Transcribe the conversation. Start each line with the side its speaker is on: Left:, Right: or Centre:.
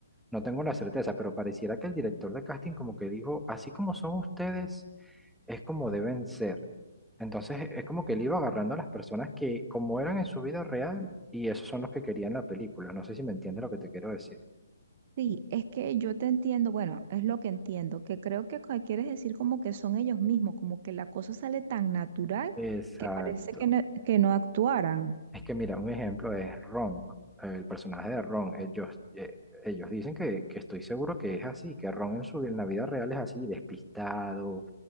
Centre: no tengo la certeza, pero pareciera que el director de casting como que dijo, así como son ustedes, es como deben ser. Entonces, es como que él iba agarrando a las personas que como eran en su vida real y esos son los que querían la película. No sé si me entiendes lo que te quiero decir.
Right: Sí, es que yo te entiendo, bueno, es lo que entiendo, que creo que co- quieres decir como que son ellos mismos, como que la cosa sale tan natural
Centre: Exacto.
Right: que parece que no, que no actuaran.
Centre: Es que mira, un ejemplo es Ron, el personaje de Ron. Ellos, eh, ellos dicen que, que estoy seguro que es así, que Ron en su, en la vida real es así, despistado,